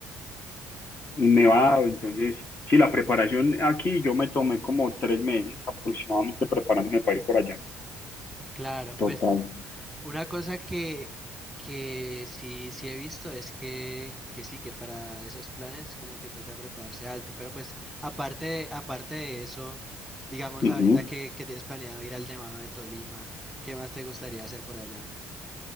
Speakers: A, on the left; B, in the centre.
A: un nevado, entonces sí, la preparación aquí yo me tomé como tres meses aproximadamente preparándome para ir por allá.
B: Claro,
A: Total.
B: pues una cosa que, que sí, sí he visto es que, que sí, que para esos planes como que toca prepararse alto. Pero pues aparte, de- aparte de eso, digamos
A: Ujú.
B: ahorita que, que tienes planeado ir al Nevado de Tolima, ¿qué más te gustaría hacer por allá?